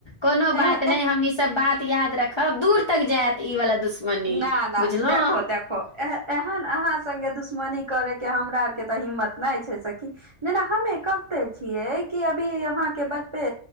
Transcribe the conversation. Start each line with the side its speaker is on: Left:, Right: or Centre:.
Left: कोनो बात
Right: ए
Left: नहि हम ई सब बात याद रखब दूर तक जायत ई वालला दुश् मनी
Right: ना ना
Left: बुझलौ
Right: देखो देखो एह- एहन अहाँ संगे दुश्मनी करैके हमरा आरके तऽ हिम्मत नहि छै सखी जेना हमे कहते छियै कि अभी अहाँके बचबे